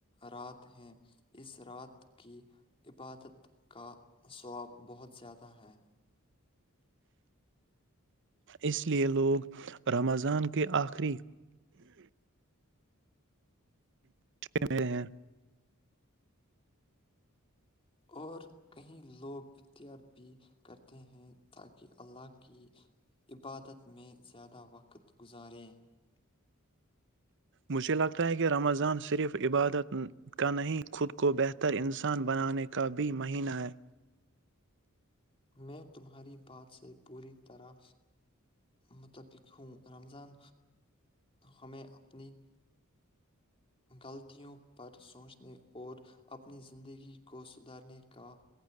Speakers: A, on the left; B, on the right.
A: رات ہیں اس رات کی عبادت کا ثواب بہت زیادہ ہے
B: اس لیے لوگ رمضان کے آخری چے مے ہیں
A: اور کئی لوگ اختیار بھی کرتے ہیں تاکہ اللہ کی عبادت میں زیادہ وقت گزاریں
B: مجھے لگتا ہے کہ رمضان صرف عبادت کا نہیں، خود کو بہتر انسان بنانے کا بھی مہینہ ہے
A: میں تمہاری بات سے پوری طرح متفق ہوں رمضان ہمیں اپنی غلطیوں پر سوچنے اور اپنی زندگی کو سدھارنے کا